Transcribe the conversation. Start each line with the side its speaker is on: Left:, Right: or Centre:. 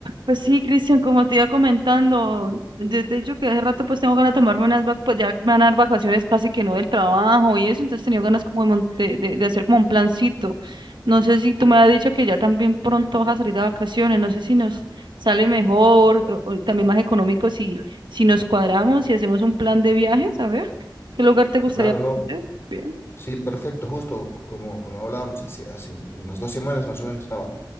Right: Pues sí, Cristian, como te iba comentando, de de hecho que hace rato pues tengo ganas de tomarme unas vacaciones, pues ya me van a dar vacaciones casi que no del trabajo y eso, entonces tenía ganas como de, mon- de, de- de hacer como un plancito. No sé si tú me has dicho que ya también pronto vas a salir de vacaciones, no sé si nos sale mejor o, o también más económico si, si nos cuadramos y hacemos un plan de viajes, a ver, ¿qué lugar te gustaría
Left: Claro, no.
Right: conocer? Bien.
Left: Sí, perfecto. Justo como, como hablábamos hace, hace un- unas dos semanas más o menos estaba,